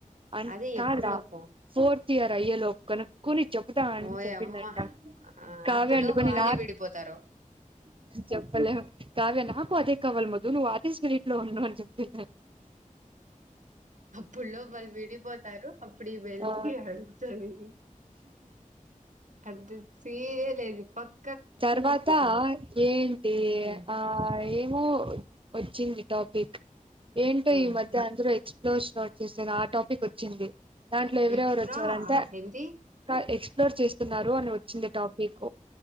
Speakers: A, on the right (about 40°); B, on the right (about 65°).
A: అన్
B: అదే
A: కాద్
B: ఎప్పుడు
A: రా
B: లోపు
A: ఫోర్త్ తయారయ్యే లోపూ కన్ కొన్ని చెబుతాం అండి.
B: ఓయమ్మ
A: చెప్పిందంట
B: ఆ
A: కావ్య
B: అప్పుడులో
A: అండి కొన్ని
B: వాళ్ళే
A: నాకు
B: విడిపోతారు
A: చెప్పలేము కావ్య నాకు అదే కవల్ మొ నును వాటి స్పిరిట్ లో ఉన్నావు అనీ చెప్పిందంత
B: అప్పుడు లో వళ్ళు విడిపోతారు. అప్పుడు వెళ్ళి
A: ఆ
B: అడుగుతుంది అది సీనే లేదు పక్క
A: తర్వాత ఏంటి
B: ఉమ్
A: ఆ ఏం ము వచ్చింది టాపిక్ ఏంటో
B: ఉమ్
A: ఈ మధ్య అందరూ ఎక్స్పీ క్లోర్స్ స్టార్ట్ చేశాను ఆ టాపిక్ వచ్చింది దాంట్లో ఎవరెవరు
B: ఎక్స్ట్రా
A: వచ్చారంటే
B: ఏంది
A: క హే చ్ న్ చేస్త న్నారు వచ్చింది టాపిక్